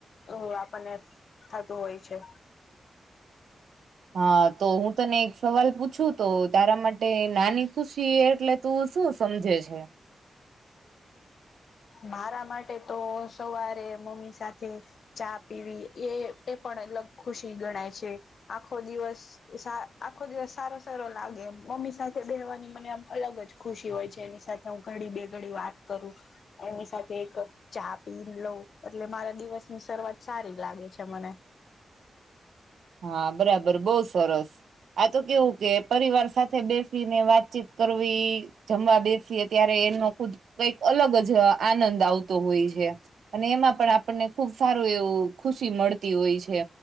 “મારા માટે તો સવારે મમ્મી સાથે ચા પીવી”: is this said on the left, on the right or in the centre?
Left